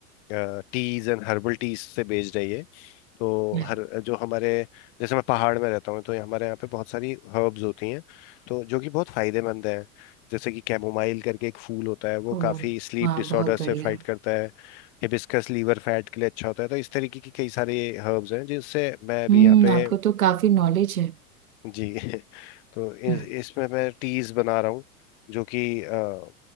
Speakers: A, on the left; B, on the right.
A: टीज एंड हर्बल टीज से बेस्ड है ये तो
B: अरे
A: हर जो हमारे जैसे मैं पहाड़ में रहता हूँ तो हमारे यहाँ पे बहुत सारी हर्ब्स होती हैं तो जो कि बहुत फायदेमंद हैं जैसे कि कैमोमाइल करके एक फूल होता है वो
B: ओ
A: काफ़ी स्लीप
B: वाह
A: डिसऑर्डर
B: बहुत
A: से
B: बढ़िया
A: फाइट करता है हिबिस्कस लीवर फैट के लिए अच्छा होता है तो इस तरीके की कई सारे हर्ब्स हैं जिससे मैं अभी
B: हम्म
A: यहाँ पे
B: आपको तो काफी नॉलेज है
A: जी <laughs> तो इस-
B: हम्म,
A: इसमें मैं टीज बना रहा हूँ जो कि अ,